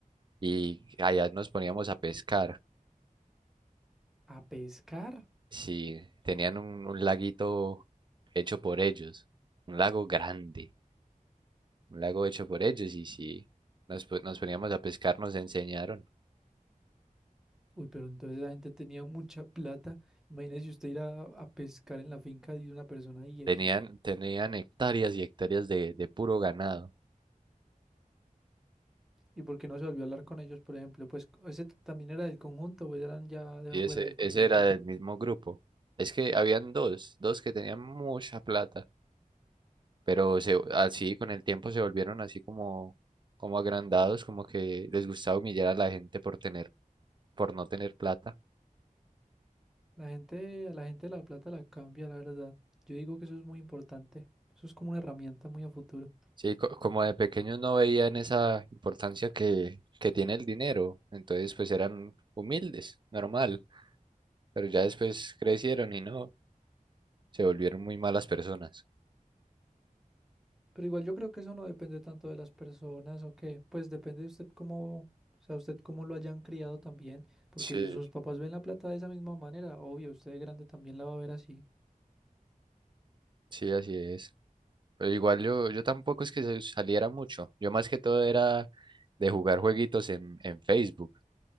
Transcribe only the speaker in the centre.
¿A pescar?
Uy, pero entonces la gente tenía mucha plata. Imagínese usted ir a, a pescar en la finca de una persona y X.
¿Y por qué no se volvió a hablar con ellos, por ejemplo? Pues ese t- también era del conjunto, o eran ya de
afuera
del conjunto.
La gente, a la gente de La Plata la cambia, la verdad. Yo digo que eso es muy importante. Eso es como una herramienta muy a futuro.
Pero igual yo creo que eso no depende tanto de las personas o qué. Pues depende de usted cómo, o sea, usted cómo lo hayan criado también. Porque
si sus papás ven La Plata de esa misma manera, obvio, usted de grande también la va a ver así.